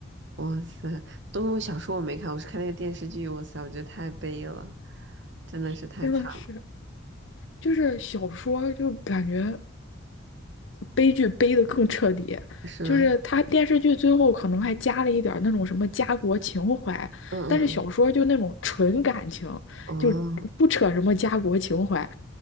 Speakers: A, on the right (about 65°); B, on the left (about 70°).
A: 哇塞，东东小说我没看，我是看那个电视剧，哇塞，我觉得太悲了，真的是太惨。
B: 真的是，就是小说就感觉悲剧悲的更彻底。
A: 是吧？
B: 就是他电视剧最后可能还加了一点儿那种什么家国情怀，
A: 嗯嗯
B: 但是小说就那种纯感情，
A: 嗯，哦，
B: 就不扯什么家国情怀，